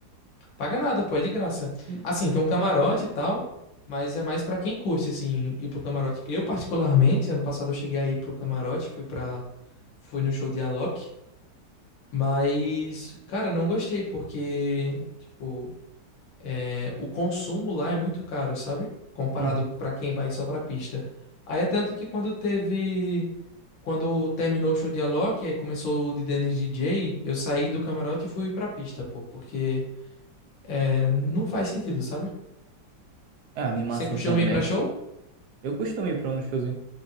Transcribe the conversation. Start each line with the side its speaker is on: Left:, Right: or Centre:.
Left: Paga nada, pô, é de graça.
Right: Hum,
Left: Assim, tem um camarote e tal, mas é mais pra quem curte, assim, ir pro camarote. Eu, particularmente, ano passado eu cheguei aí pro camarote, fui pra. Fui no show de Alok, mas, cara, não gostei, porque, tipo, é, o consumo lá é muito caro, sabe? Comparado
Right: Uhum.
Left: pra quem vai só pra pista. Aí é tanto que quando teve. Quando terminou o show de Alok, aí começou o de Dennis DJ, eu saí do camarote e fui pra pista, pô, porque. É, não faz sentido, sabe?
Right: É, animação
Left: Você costuma
Right: também.
Left: ir pra show?
Right: Eu costumo ir pra um showzinho.